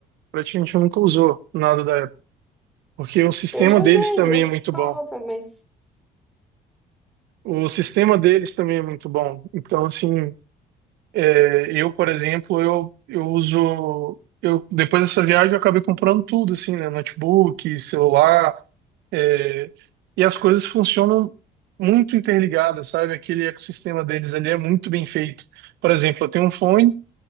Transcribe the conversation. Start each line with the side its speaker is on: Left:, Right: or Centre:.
Right: praticamente nunca usou nada da Apple. Porque o sistema
Centre: Eu já
Right: deles
Centre: usei,
Right: também
Centre: e eu
Right: é muito
Centre: falo
Right: bom.
Centre: também.
Right: O sistema deles também é muito bom. Então, assim, É, eu, por exemplo, eu, eu uso. Eu, depois dessa viagem, eu acabei comprando tudo, assim, né? Notebook, celular. é, e as coisas funcionam muito interligadas, sabe? Aquele ecossistema deles ali é muito bem feito. Por exemplo, eu tenho um fone,